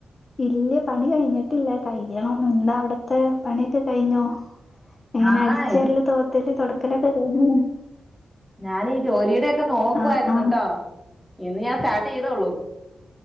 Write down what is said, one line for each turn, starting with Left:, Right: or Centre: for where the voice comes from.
Left: ഇല്യ. പണി കൈഞ്ഞിട്ടില്ല കയ്യണം. ന്ന്താ അവിടത്തെ പണിഒക്കെ കൈഞ്ഞോ എങ്ങനെ
Centre: ആഹ്
Left: അടിച്ച്
Centre: ആഹ് ഇല്ല
Left: വാരല് തോത്തല് തൊടക്കലൊക്കെ കഴിഞ്ഞോ
Centre: ഞാനീഈ ജോലീടെയൊക്കെ നോക്കുവായിര്ന്നു
Left: ആഹ് ആഹ്
Centre: ട്ടോ ഇന്ന് ഞാൻ സ്റ്റാർട്ട് ചെയ്തോള്ളു.